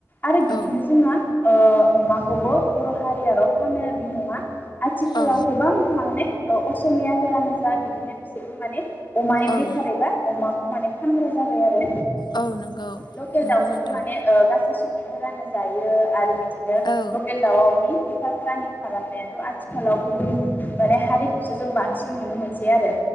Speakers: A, on the left; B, on the left.
A: आरो बिदिनो
B: औ
A: जोंहा ओ अमाखौबो बर' हारियाल' फानो बे नङा आथिखालाव
B: औ
A: गोबां माने ओ असमियाफोरानो जा बिदिनो बिसोरबो माने अमानि
B: औ
A: बेफार एबा अमा खौ माने फानग्रा जाबाय आरो
B: औ नंगौ
A: लखेल
B: नंगौ
A: दाउखौथ'
B: नोंथां
A: माने ओ गासै सु मैगंफोरानो जायो आरो बिदिनो
B: औ
A: लकेल दाउवावनि फाराग फारांगि खालामनायाथ' आथिखालाव गुबुन माने हारिखौसो जों बांसिन नुनो मोनसै आरो।